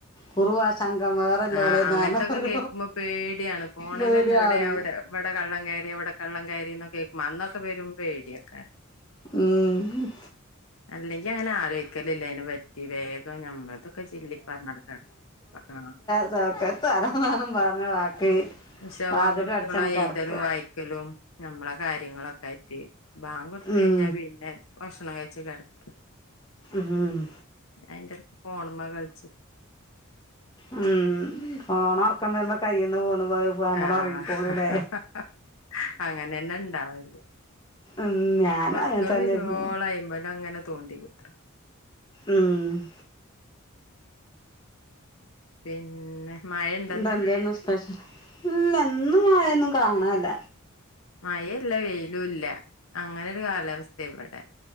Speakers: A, on the left; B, on the left.
A: ഗുരുവാസ സങ്കം വേറെല്ലേളെന്നാര
B: ആഹ് അങ്ങനത്തൊക്കെ കേൾക്കുമ്പോ പേടിയാണ് ഫോണിലന്നെ
A: പേടിയാവണ്
B: ഇവിടെ അവിടെ ഇവിടെ കള്ളൻ കയറി അവിടെ കള്ളൻ കയറി എന്നൊ കേൾക്കുമ്പ അന്നൊക്കെ വരുമ്പോ പേടിയ ആക്കാരം
A: ഉം
B: അല്ലെങ്കി അങ്ങനെ ആലോയിക്കലില്ല അയ്നെ പറ്റി വേഗം ഞമ്മൾ മത്തൊക്ക ചി പറർഞ്ഞടുക്കാട ആ
A: ഇതക്ക തരന്നും പറഞ്ഞ വാക്ക്
B: ഇഷ
A: വാതിലും
B: ബാങ്ക് കൊടുക്കുവുള്ള
A: അടച്ചണ് കെടക്ക
B: എഴ്തലും വായിക്കലും നമ്മളെ കാര്യങ്ങളൊക്കെ ആയിട്ട് ബാങ്ക് കൊടുത്ത്
A: ഉം
B: കഴിഞ്ഞാ പിന്നെ ഭക്ഷണം കഴിച്ച കിടക്ക
A: ഉം
B: അയിന്റെ എടക്ക് ഫോണമ്മ കളിച്ച
A: ഉം ഫോണറക്കം വരുമ്പോ കയ്യിൽന്ന് പോന്നു പോയി നമ്മള്
B: ആഹ്
A: ഒറങ്ങിക്കോളൂല്ലേ
B: <unintelligible> അങ്ങനെന്നെ ഇണ്ടാവല്
A: ഉം ഞാനും
B: ഉറക്കം
A: അങ്ങനെ തന്നെയായിരുന്നു
B: വരുവോളം അയിന്മേൽ അങ്ങനെ തോണ്ടി കുത്ര
A: ഉം
B: പിന്നെ മഴണ്ടന്ന്
A: എന്ത എന്തൊന്നും സ്പെഷൽ ഇല്ല ഇന്ന് മായൊന്നും കാണല്ല
B: മയയും ഇല്ല വെയിലും ഇല്ല അങ്ങനെ ഒരു കാലാവസ്ഥ ഇവിടെ